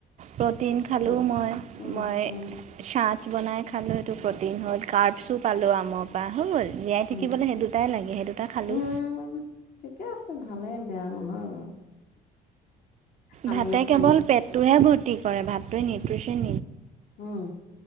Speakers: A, on the right (about 45°); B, on the left (about 55°).
A: প্ৰটিন খালোঁ
B: উম
A: মই
B: উম
A: মই
B: উম
A: ছাত বনাই খালো সেইটো প্ৰটিন হ'ল কাৰ্ডচো খালো আমৰ পৰা হৈ গ'ল। জীয়াই
B: উম
A: থাকিবলৈ সেই দুটাই লাগে। সেই দুটা খালোঁ
B: উম' ঠিকে আছে ভালেই বেয়া নহয় বাৰু, আমি
A: ভাতে
B: আকৌ
A: কেৱল পেটটোহে ভৰ্তি কৰে। ভাতটোৱে নিউট্ৰিচিন
B: উম'